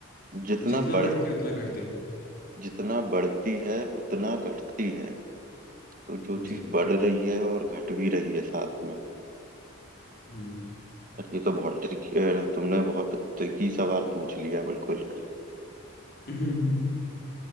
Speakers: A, on the right (about 40°); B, on the left (about 45°).
A: जितना
B: जितना
A: बढ़
B: बढ़ती उतना घटती
A: जितना बढ़ती है उतना घटती है तो जो
B: जी
A: चीज बढ़ रही है और घट भी रही है साथ में
B: हम्म
A: पर ये तो बहुत ट्रिकी तुमने बहुत ट्रिकी सवाल पूछ लिया बिल्कुल
B: <laughs> नहीं